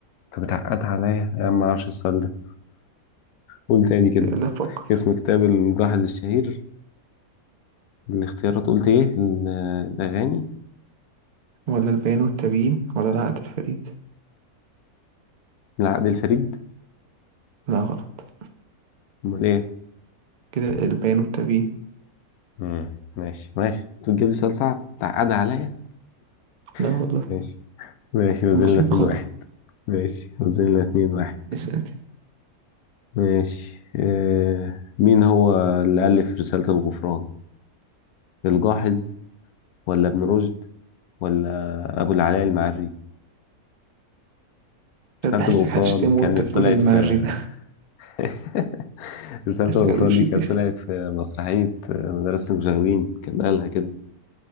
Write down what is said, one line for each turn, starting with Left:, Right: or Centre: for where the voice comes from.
Left: انت بتعقد عليا يا عم ما اعرفش السؤال ده قول تاني كده
Right: لا فكر
Left: اسم كتاب الملاحظ الشهير الاختيارات قلت ايه ال- الاغاني
Right: ولا البيان والتبيين ولا العقد الفريد
Left: العقد الفريد
Right: لا غلط
Left: امال ايه
Right: كده البيان والتبيين
Left: امم ماشي ماشي انت بتجيب لي سؤال صعب تعقد عليا
Right: لا والله
Left: <laughs> ماشي ماشي وزلنا
Right: بسيطة
Left: اتنين
Right: خالص
Left: واحد ماشي وزلنا اتنين واحد
Right: اسأل كده
Left: ماشي آه، مين هو اللي ألف رسالة الغفران الجاحظ ولا ابن رشد ولا أبو العلاء المعري رسالة
Right: أنا بحسك
Left: الغفران
Right: هتشتمه
Left: كانت
Right: وانت بتقول
Left: طلعت
Right: المعري
Left: في
Right: ده <laughs>
Left: <laughs> رسالة
Right: بحسك
Left: الغفران
Right: هتقول شريف
Left: دي كانت طلعت في مسرحية آه، مدرسة المشاغبين كان قالها كده